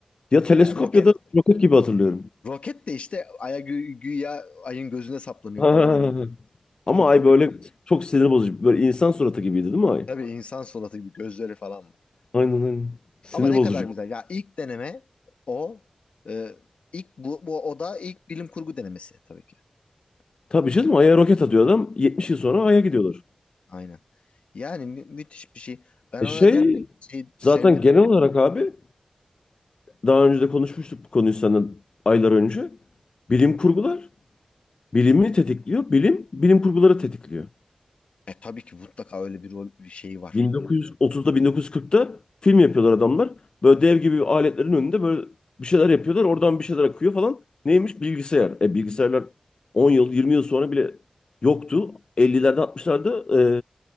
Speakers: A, on the left; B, on the left.
A: ya teleskop
B: Yani roket.
A: ya da roket gibi hatırlıyorum.
B: Roket de işte aya gü- güya ayın gözüne saplanıyor
A: <laughs>
B: falan.
A: Ama
B: Çok
A: ay
B: komik
A: böyle
B: yani.
A: çok sinir bozucu. Böyle insan suratı gibiydi değil mi ay?
B: Tabii insan suratı gibi gözleri falan var.
A: Aynen aynen. Sinir
B: Ama ne
A: bozucu.
B: kadar güzel. Ya ilk deneme o. Ee, ilk bu, bu o da ilk bilim kurgu denemesi tabii ki.
A: Tabii
B: Büyük-
A: bir şey değil mi? Ay'a roket atıyor adam. 70 yıl sonra
B: Aha,
A: Ay'a gidiyorlar.
B: Aynen. Yani mü- müthiş bir şey. Ben
A: E
B: o
A: şey
B: nedenle şey
A: zaten
B: sevdim.
A: genel olarak abi daha önce de konuşmuştuk bu konuyu senden aylar önce. Bilim kurgular bilimi tetikliyor. Bilim bilim kurguları tetikliyor.
B: E, tabii ki mutlaka öyle bir rol bir şey var.
A: 1930'da 1940'ta film yapıyorlar adamlar. Böyle dev gibi aletlerin önünde böyle bir şeyler yapıyorlar. Oradan bir şeyler akıyor falan. Neymiş? Bilgisayar. E bilgisayarlar 10 yıl 20 yıl sonra bile yoktu. 50'lerde 60'larda